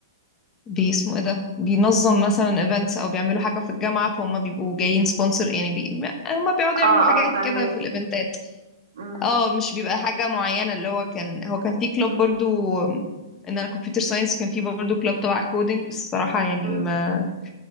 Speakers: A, on the left; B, on the right.
A: بي اسمه إيه ده بينظم مثلا إيفنتس أو بيعملوا حاجة في الجامعة فهم بيبقوا جايين سبونسر يعني بي هم بيقعدوا يعملوا
B: آه،
A: حاجات
B: آه فاهماكِ.
A: كده في الإيفنتات
B: إمم،
A: اه مش بيبقى حاجة معينة اللي هو كان هو كان في كلوب
B: إمم،
A: برضو آم، إن أنا كمبيوتر ساينس كان في برضو كلوب تبع كودينج بس الصراحة يعني
B: إمم.
A: ما